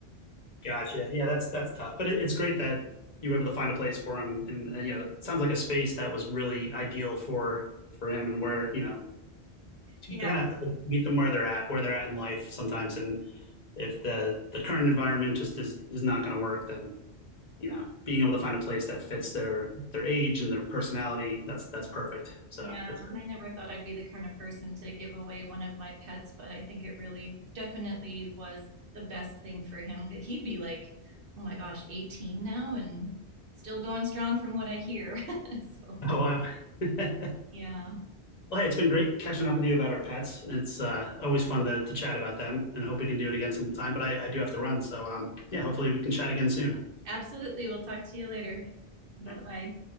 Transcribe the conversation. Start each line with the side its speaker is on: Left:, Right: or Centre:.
Left: Gotcha. Yeah, that's that's tough, but it, it's great that you were able to find a place for him, and, and you know, it sounds like a space that was really ideal for for him, and where you know
Right: <laughs>
Left: you
Right: yeah,
Left: kind of have to meet them where they're at, where they're at in life sometimes, and if the the current environment just is is not going to work, then you know, being able to find a place that fits their their age and their personality, that's that's perfect. So
Right: yeah.
Left: that's great.
Right: I never thought I'd be the kind of person to give away one of my pets, but I think it really definitely was the best thing for him. He'd be like, oh my gosh, 18 now and still going strong from what I hear. <laughs> so
Left: oh wow. <laughs>
Right: yeah,
Left: Well, hey, it's been great catching up with you about our pets. It's uh, always fun to, to chat about them and hope we can do it again sometime. But I, I do have to run. So, um, yeah, hopefully we can chat again soon. All
Right: absolutely. We'll talk to you later. Bye
Left: right.
Right: bye.